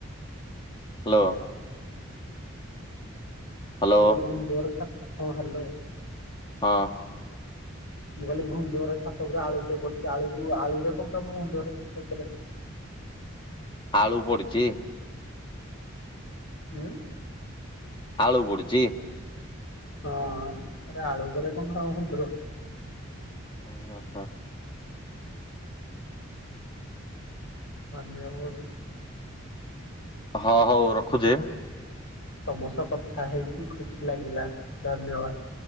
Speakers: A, on the left; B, on the left.
A: ହ୍ୟାଲୋ। ହ୍ୟାଲୋ
B: <unintelligible> ହଁ ହ୍ୟାଲୋ।
A: ହଁ।
B: ମୁଁ କହଲି ବନ୍ଧୁଘର ଛାତ ଉପରେ ଆଳୁଟେ ପଡିଛି। ଆଳୁ ଆଳୁରେ କଣ କାମ ବନ୍ଧୁଘର ଛାତ ଉପରେ?
A: ଆଳୁ ପଡିଚି?
B: ହୁଁ।
A: ଆଳୁ ପଡିଚି?
B: ହଁ ଗୋଟେ ଆଳୁ <unintelligible>
A: ହଁ ହ।
B: ମାନିବାକୁ ପଡ଼ିବ।
A: ହ ହଉ ରଖୁଚି।
B: ତମ ସହ କଥା ହେଇକି ଖୁସି ଲାଗିଲା, ଧନ୍ୟବାଦ।